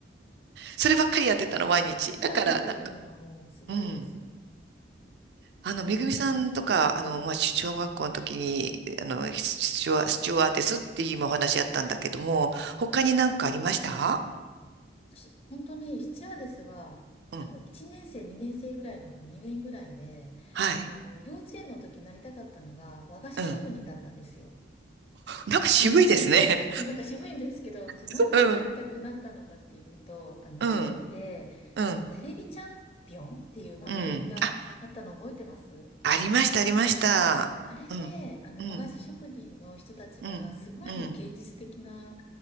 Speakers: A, on the right (about 60°); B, on the left (about 30°).
A: そればっかりやってたの、毎日。
B: 覚えてるっていうのがもうすごいです。
A: だから、なんか、うん。あの、めぐみさんとか、あの、まあ、小学校の時に、あの、スチュワ、スチュワーデスっていう今お話あったんだけども、他になんかありました
B: 私、本当にスチュワーデスは、
A: うん。
B: 多分1年生、2年生ぐらいの、多分2年ぐらいで、
A: はい。
B: あの、幼稚園の時になりたかったのが和菓子職人だったんですよ。
A: うん。なんか渋いですね。
B: で、なんで、<laughs> そう、なんか渋いんですけど、そう、
A: <laughs>
B: なんでなりたくなったのかっていうと、
A: うん。
B: あの、
A: うん。
B: テレビで、
A: うん。
B: あの、テレビチャンピオンっていう番組があったの覚えてます
A: うん。あ、ありました、ありました。
B: なんか、あれで、
A: うん。
B: あの、
A: うん。
B: 和菓子職人の人たちが、
A: うん。
B: すごいもう芸術的な
A: うん。